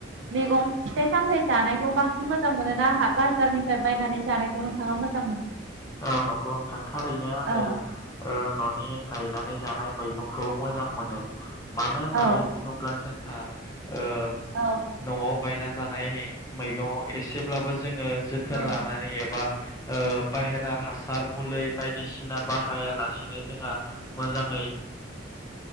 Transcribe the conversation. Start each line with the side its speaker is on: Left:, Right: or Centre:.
Right: मैगं फिथाइ सामथायाइ जानायखौ बांसिन मोजां मोनो ना बाजारनिफ्राय बायनानै जानायखौ नोंथाङा मोजां मोनो
Left: औ नंगौ नोंथां थारैनो आङो
Right: औ
Left: ओ न'नि गायनानै जानाय मैगंखौ मोजां मोनो। मानो होननानै
Right: औ
Left: बुंङोब्ला जोंहा ओ
Right: औ
Left: न'आव बायना जानाय मैगं एसेब्लाबो जोंङो जोथोन
Right: औ
Left: लानानै एबा ओ बाहेरा हासार मुलै बायदिसिना बाहायालासिनो जोंहा मोजांङै